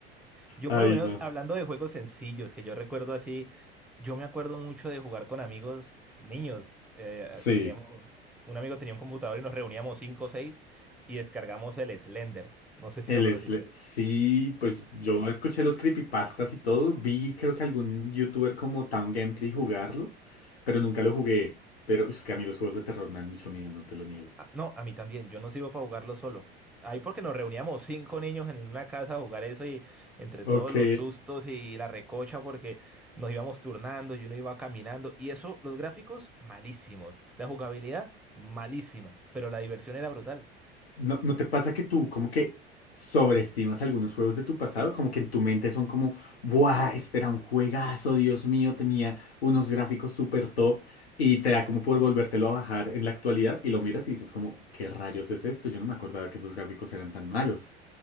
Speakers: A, in the centre; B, on the left (about 80°).
A: Yo
B: Ay,
A: por lo menos
B: no.
A: hablando de juegos sencillos, que yo recuerdo así, yo me acuerdo mucho de jugar con amigos niños. Eh,
B: Sí.
A: teníamos, un amigo tenía un computador y nos reuníamos cinco o seis y descargamos el Slender. No sé si
B: El
A: lo conociste.
B: Sle- Sí, pues yo escuché los creepypastas y todo. Vi, creo que algún youtuber como Town Gameplay jugarlo, pero nunca lo jugué. Pero es que a mí los juegos de terror me dan mucho miedo, no te lo niego.
A: Ah, no, a mí también, yo no sirvo para jugarlo solo. Ahí porque nos reuníamos cinco niños en una casa a jugar eso y entre
B: Ok.
A: todos los sustos y la recocha porque nos íbamos turnando y uno iba caminando y eso, los gráficos malísimos, la jugabilidad malísima, pero la diversión era brutal.
B: ¿No, no te pasa que tú como que sobreestimas algunos juegos de tu pasado? Como que en tu mente son como, ¡buah! Este era un juegazo, Dios mío, tenía unos gráficos súper top y te da como por volvértelo a bajar en la actualidad y lo miras y dices como, ¿qué rayos es esto? Yo no me acordaba que esos gráficos eran tan malos.